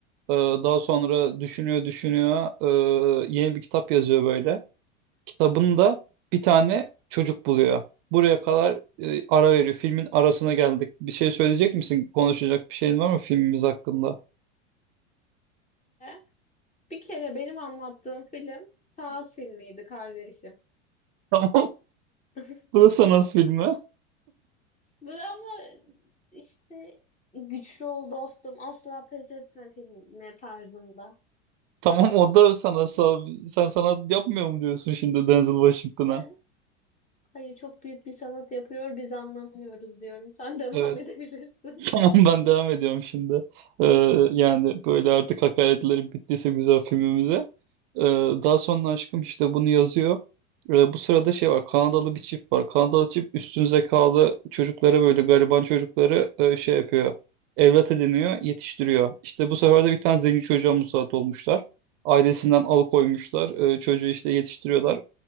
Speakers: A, on the right (about 55°); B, on the left (about 20°).
A: Ee, daha sonra düşünüyor, düşünüyor. Ee, yeni bir kitap yazıyor böyle. kitabında bir tane çocuk buluyor. Buraya kadar e, ara veriyor. Filmin arasına geldik. Bir şey söyleyecek misin? Konuşacak bir şeyin var mı filmimiz hakkında?
B: <laughs> Bir kere benim anlattığım film sanat filmiydi kardeşim.
A: <laughs> Tamam.
B: <laughs>
A: Bu da sanat filmi.
B: Bu ama işte güçlü ol dostum asla pes etme filmi tarzında.
A: Tamam o da sanatsal. Sen sanat yapmıyor mu diyorsun şimdi Denzel Washington'a?
B: Ben hayır çok büyük bir sanat yapıyor biz anlamıyoruz diyorum. Sen <laughs> devam
A: Evet.
B: edebilirsin.
A: <laughs> Tamam ben devam ediyorum şimdi. Ee, yani böyle artık hakaretlerim bittiyse güzel filmimize. Ee, daha sonra aşkım işte bunu yazıyor. Ee, bu sırada şey var Kanadalı bir çift var. Kanadalı çift üstün zekalı çocuklara böyle gariban çocukları e, şey yapıyor. Evlat ediniyor, yetiştiriyor. İşte bu sefer de bir tane zengin çocuğa musallat olmuşlar. Ailesinden alıkoymuşlar. Ee, çocuğu işte yetiştiriyorlar.